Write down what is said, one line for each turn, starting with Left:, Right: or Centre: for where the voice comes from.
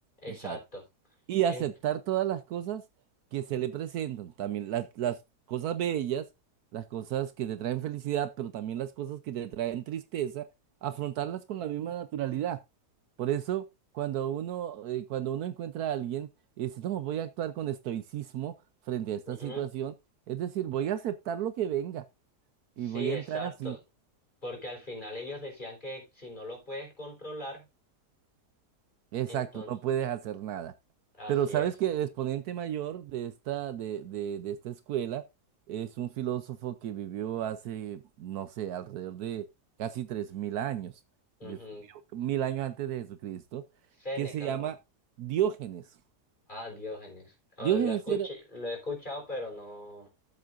Right: Exacto.
Left: Exacto.
Right: y
Left: En-
Right: aceptar todas las cosas que se le presentan, también las, las cosas bellas, las cosas que te traen felicidad, pero también las cosas que te traen tristeza, afrontarlas con la misma naturalidad. Por eso, cuando uno, eh, cuando uno encuentra a alguien y dice, no, voy a actuar con estoicismo frente a esta
Left: Ujú.
Right: situación, es decir, voy a aceptar lo que venga
Left: Sí,
Right: y voy a
Left: exacto.
Right: entrar así.
Left: Porque al final ellos decían que si no lo puedes controlar,
Right: Exacto,
Left: entonces,
Right: no puedes hacer nada.
Left: así
Right: Pero sabes
Left: es.
Right: que el exponente mayor de esta, de, de, de esta escuela es un filósofo que vivió hace, no sé, alrededor de casi 3.000 años, porque
Left: Ujú.
Right: es- vivió mil años antes de Jesucristo,
Left: Séneca,
Right: que se llama
Left: ¿no?
Right: Diógenes.
Left: Ah, Diógenes. Ah,
Right: Diógenes
Left: lo escuché,
Right: era,
Left: lo he escuchado, pero no.